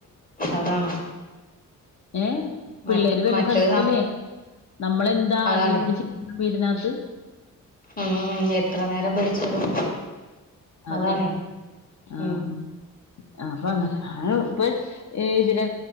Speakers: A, on the left; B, on the left.
A: അതാണ്
B: ഏഹ്
A: മറ്റ്
B: പിള്ളേര് വല്ല
A: മറ്റേത്
B: സ്ഥലത്തല്ലേ
A: ന
B: നമ്മളെന്താ
A: അതാണ്
B: ആദീം പിടിച്ച് വീടിനാത്ത്
A: ഉം എത്ര നേരം പിടിച്ചിടും
B: അതെ
A: അതാണേ
B: ആഹ്
A: ഉം
B: അപ്പൊ അങ്ങന <unintelligible> ഏതിന്